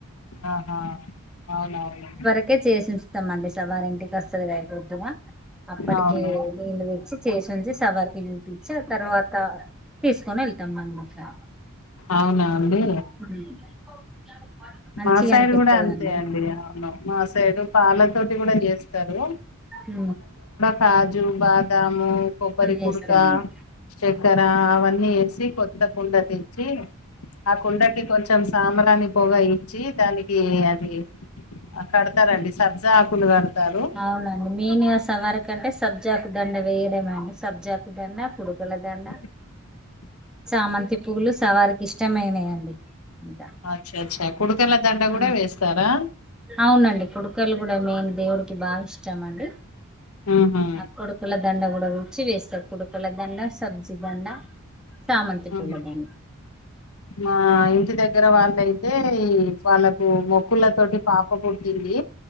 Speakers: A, on the left; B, in the centre.
A: ఆహా అవునవును
B: ట్టే చేసిఉంచుతామండి సవారి ఇంటికి వస్తది గద ప్రొద్దునా అప్పటికే
A: అవును
B: నీళ్ళు తెచ్చి చేసి ఉంచి సవారికి చూపిచ్చి ఆ తర్వాతా తీసుకొని ఎళ్తాం మనం ఇకా
A: అవునా అండీ.
B: <unintelligible> మంచిగా
A: మా సైడు
B: అనిపిస్తదండి
A: గుడా అంతే అండి అవును మా సైడు పాల తోటి గుడా చేస్తారు
B: ఊ
A: కాజూ బాదామూ కొబ్బరి కుడుకా
B: వేస్తానండి
A: చక్కెరా అవన్నీ ఏసి కొత్త కుండ తెచ్చీ ఆ కుండకి కొంచం సాంబరాని పొగా ఇచ్చీ దానికీ అది అ కడతారండి సబ్జా ఆకులు కడతారు
B: అవునండి మేనే సవరకంటే సబ్జాకు దండ వేయడమే అండి సబ్జాకు దండ కుడుకుల దండ
A: <inaudible>
B: చామంతి పూవులు సవారికి ఇష్టమైనయండి ఇంకా
A: అచ్చ అచ్చ కుడుకల దండ
B: ఉమ్.
A: గూడా వేస్తారా
B: అవునండి కుడుకలు గూడా మేం దేవుడికి బా ఇష్టమండి
A: ఆహా
B: ఆ కుడు కుల దండ గూడా కుచ్చి వేస్తరు కుడుకల దండ సబ్జి దండ చామంతి
A: అవును
B: పూల దండ
A: మా ఇంటి దగ్గర వాళ్ళయితే ఈ పండక్ మొక్కుల తోటి పాప పుట్టింది